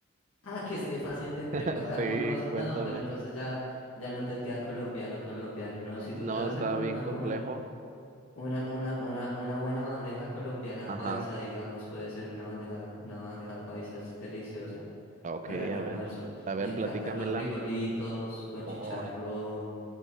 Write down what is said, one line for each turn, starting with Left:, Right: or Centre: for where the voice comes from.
Left: Ah, que esté fácil de preparar,
Right: <laughs> Sí,
Left: tú lo vas a...
Right: cuéntame.
Left: No, pero entonces ya, ya no te queda colombiano, colombiano. No, si
Right: No,
Left: tú te vas
Right: está
Left: a, col-
Right: bien
Left: a
Right: complejo.
Left: comer una, una, una, una buena bandeja colombiana
Right: Ajá.
Left: paisa, digamos, puede ser una bandeja, una bandeja paisa, es deliciosa
Right: Ok,
Left: para el
Right: a
Left: almuerzo.
Right: ver, a ver,
Left: Me encantan
Right: platícamela.
Left: los frijolitos con
Right: Ay.
Left: chicharrón,